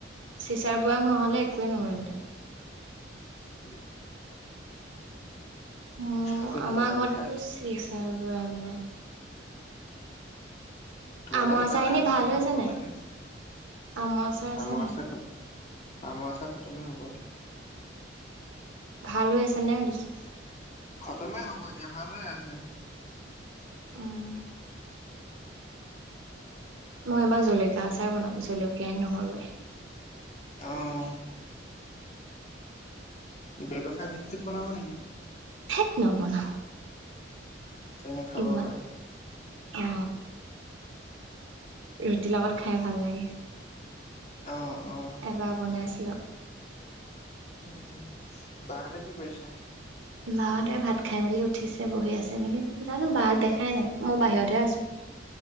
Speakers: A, on the right; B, on the left.
A: চিচাৰ বৈয়াম হোৱা হ'লে একোৱে নহল হেতেন
B: <unintelligible>
A: উম
B: ভেকুৱে থাকিলে
A: আমাৰ
B: আজি
A: ঘৰত
B: চাইছো।
A: টো চিচাৰ বয়াম নাই
B: তোমালোকে
A: আমৰ আচাৰ
B: জানা
A: খিনি
B: আক
A: ভাল
B: কেনেকে
A: হৈ আছে
B: থব
A: নাই
B: লাগে
A: আমৰ আচাৰ আছে
B: আম
A: নাই
B: আচাৰখন আমৰ আচাৰ খতমে হব এতিয়া
A: ভাল হৈ আছে নে সুধিছোঁ
B: খতমেই হ'ব এতিয়া ভাল হৈ আছে
A: উম মই এইবাৰ জলকীয়া আচাৰ বনাম জলকীয়াই নহৰুৱে
B: অহ ব্যৱসায় ভিত্তিত বনাব নেকি?
A: থেইত নবনাও
B: চেমে খাবাৰ
A: ইমান
B: কাৰনে
A: অ ৰুটি লগত খায়ে ভাল লাগে
B: অহ অহ
A: এবাৰ বনাইছিলোঁ
B: উম উম বাহতে কি কৰিছে
A: মা হতে ভাত খাই মেলি উঠিছে বহি আছে নেকি জানো বাক দেখাই নাই মই বাহিৰতহে আছো